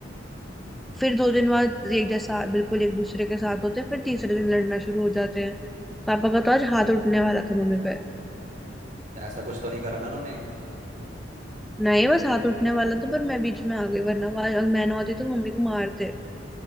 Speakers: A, in the centre; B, on the right (about 45°).
A: फिर दो दिन बाद एक जैसा बिल्कुल एक दूसरे के साथ होते फिर तीसरे दिन लड़ना शुरू हो जाते हैं पापा का तो आज हाथ उठने वाला था मम्मी पे
B: ऐसा कुछ तो नहीं करा ना उन्होंने
A: नहीं बस हाथ उठने वाला था पर मैं बीच में आ गई वरना वो अगर मैं ना होती तो मम्मी को मारते